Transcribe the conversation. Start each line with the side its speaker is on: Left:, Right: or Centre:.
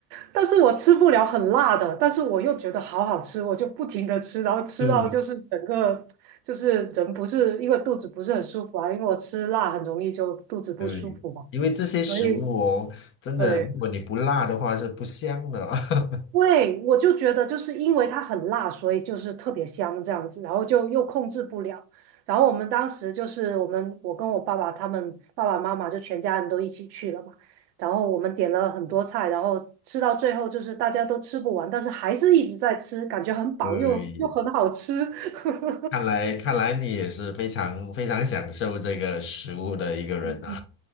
Right: 但是我吃不了很辣的，但是我又觉得好好吃，我就不停的吃，然后吃到就是整个就是人不是因为肚子不是很舒服啊，
Left: <laughs> 对
Right: 因为我吃辣很容易就肚子不舒服嘛，
Left: 对，因为这些食物哦，
Right: 所以
Left: 真的，
Right: 对，
Left: 如果你不辣的话是不香的哦。<laughs>
Right: 对，我就觉得就是因为它很辣，所以就是特别香这样子，然后就又控制不了。然后我们当时就是我们，我跟我爸爸他们爸爸妈妈就全家人都一起去了嘛。然后我们点了很多菜，然后吃到最后就是大家都吃不完，但是还是一直在吃，感觉很饱又又很好吃。
Left: 对，
Right: <laughs>
Left: 看来看来你也是非常非常享受这个食物的一个人啊。
Right: 嗯，